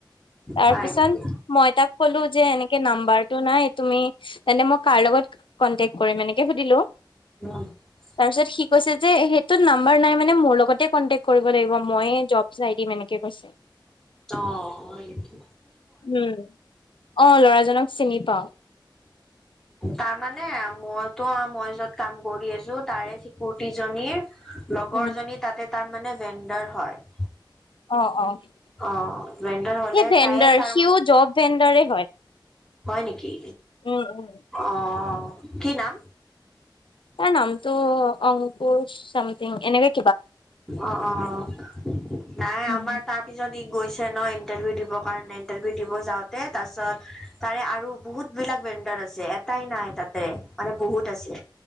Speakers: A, on the left; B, in the centre.
A: তাৰপিছত
B: হয় নেকি
A: মই তাক ক'লো যে এনেকে নাম্বাৰটো নাই তুমি তেন্তে মই কাৰ লগত কনটেক্ কৰিম এনেকে সুধিলো।
B: <unintelligible>
A: তাৰপিছত সি কৈছে যে, সেইটোত নাম্বাৰ নাই মানে মোৰ লগতে কংতেক্ট কৰিব লাগিব মই এ জব চাই দিম এনেকে কৈছে।
B: অঁ হয় নেকি।
A: উম, অঁ ল'ৰাজনক চিনি পাওঁ।
B: তাৰমানে মইতো মই য'ত কাম কৰি আছো তাৰে চিকুুৰটিজনীৰ লগৰ
A: উম।
B: জনী তাতে তাৰ মানে ভেণ্ডাৰ হয়।
A: অ'- অ' সি
B: অ ভেণ্ডাৰ হলে
A: ভেণ্ডাৰ,
B: তায়ে তাৰ
A: সিও জব ভেন্দৰেই হয়।
B: হয় নেক কি,
A: উম উম।
B: অঁ। কি নাম।
A: তাৰ নামটো অংকুৰ চামথিং এনকে
B: অ'- অ' নাই
A: উম।
B: আমাৰ তাৰ পিছত ই গৈছ চে ন ইণ্টাৰভিউ দিবৰ কাৰণে ইণ্টাৰভিউ দিব যাওঁতে তাৰপিছত তাৰে আৰু বহুত বিলাক ভেণ্ডৰ আছে এটাই নাই তাতে মানে বহুত আছে।